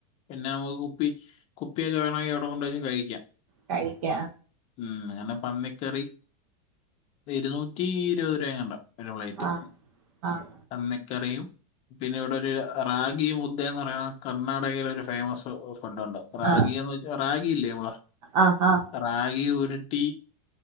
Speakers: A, on the left; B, on the right.
A: പിന്നെ നമുക്ക് കുപ്പി കുപ്പിയൊക്കെ വേണെങ്കിൽ അവിടെ കൊണ്ടുവെച്ച കഴിക്കാം
B: കഴിക്ക
A: ഉം അങ്ങനെ പന്നിക്കറി ഇരുന്നൂറ്റി ഇരുപത് രൂപ കണ്ട ഒരു പ്ലേറ്റ്
B: ആഹ് ആഹ്
A: പന്നിക്കറിയും പിന്നെ ഇവിടെ ഒരു റാഗിയ മുദ്ദ എന്ന് പറയണ കർണ്ണാടകൽ ഒരു ഫേമസ് ഫുഡ് ഉണ്ട് റാഗിന്ന്
B: ആഹ്
A: വെച്ചാ റഗി ഇല്ലേ നമ്മള
B: ആഹ് ആഹ്
A: റാഗി ഉരുട്ടി